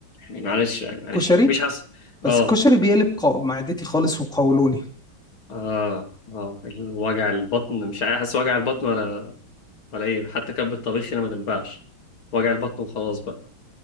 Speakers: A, on the left; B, in the centre.
A: يعني معلش يعني معلش
B: كشري
A: مفيش حس
B: بس
A: اه
B: الكشري بيقلب قو... معدتي خالص وقولوني
A: اه اه الوجع البطن مش عارف احس وجع البطن ولا ولا ايه حتى كب الطبيخ هنا ما تنفعش وجع البطن وخلاص بقى